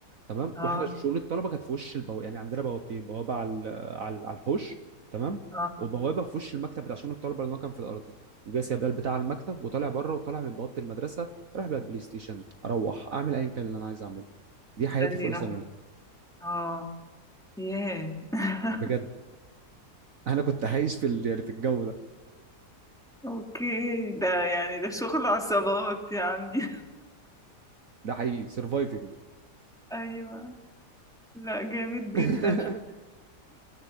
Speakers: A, on the right; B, in the centre.
A: تمام
B: اه
A: واحنا شؤون الطلبه كانت في وش البوابه يعني عندنا بوابتين بوابه على ال- على على الحوش تمام
B: اه
A: وبوابه في وش المكتب بتاع شؤون الطلبه لان هو كان في الارضي وجاي سايب لها البتاع على المكتب وطالع بره وطالع من بوابه المدرسه رايح بقى البلاي ستيشن اروح اعمل ايا كان اللي انا عايز اعمله دي
B: تسلي
A: حياتي في اولى
B: نفسك
A: ثانوي
B: اه ياه <laughs>
A: بجد انا كنت عايش في ال- يعني في الجو ده
B: اوكي ده يعني ده شغل عصابات يعني
A: ده حقيقي سرفايفنج
B: <laughs> ايوه لا جامد جدا
A: <laughs>